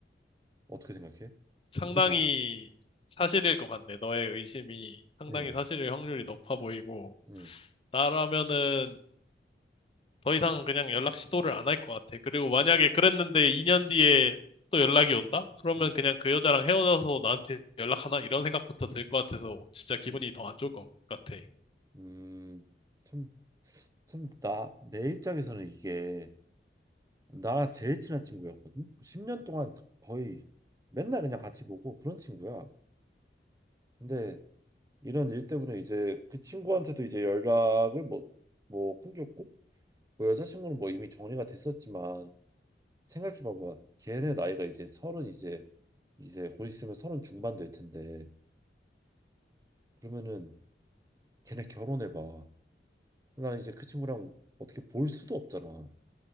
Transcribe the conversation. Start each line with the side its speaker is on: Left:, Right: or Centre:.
Right: 어떻게 생각해?
Left: 상당히
Right: 그지?
Left: 사실일 것 같네. 너의 의심이 상당히
Right: 응,
Left: 사실일 확률이 높아 보이고,
Right: 응,
Left: 나라면은 더 이상 그냥 연락 시도를 안 할 것 같아. 그리고 만약에 그랬는데 2년 뒤에 또 연락이 온다? 그러면
Right: 응,
Left: 그냥 그 여자랑 헤어져서 나한테 연락하나? 이런 생각부터 들 것 같아서 진짜 기분이
Right: 응,
Left: 더 안 좋을 것 같아.
Right: 음. 참, 참, 나, 내 입장에서는 이게 나랑 제일 친한 친구였거든. 10년 동안 거의 맨날 그냥 같이 보고 그런 친구야. 근데 이런 일 때문에 이제 그 친구한테도 이제 연락을 뭐, 뭐 끊겼고 뭐 여자친구는 뭐 이미 정리가 됐었지만 생각해 봐봐 걔네 나이가 이제 서른 이제 이제 곧 있으면 서른 중반 될 텐데 그러면은 걔네 결혼해 봐그 이제 그 친구랑 어떻게 볼 수도 없잖아